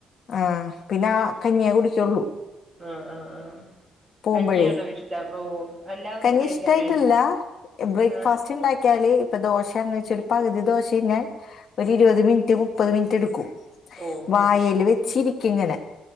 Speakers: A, on the left (about 50°); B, on the right (about 30°).
A: ആഹ പിന്നെ ആ കഞ്ഞിയേ കുടിക്കുള്ളൂ
B: ആഹ് ആഹ് ആഹ്
A: പോകുമ്പഴേ
B: കഞ്ഞിയാണോ ഇഷ്ടം ഓ അല്ലാതൊന്നും
A: കഞ്ഞി
B: കഴിക്കാൻ
A: ഇഷ്ടായിട്ടല്ല
B: വേണ്ട
A: ബ്രേക്ക്ഫാസ്റ്റ്
B: ആഹ്
A: ഉണ്ടാക്കിയാല് ഇപ്പൊ ദോശ അ വെച്ച ഒരു പകുതി ദോശ കഞ്ഞാൽ ഒരു ഇരുപത് മിനിറ്റ് മുപ്പത് മിനിറ്റ് എടുക്കും
B: ഓ
A: വായൽ
B: അത് ശരി
A: വെച്ചിരിക്ക ഇങ്ങനെ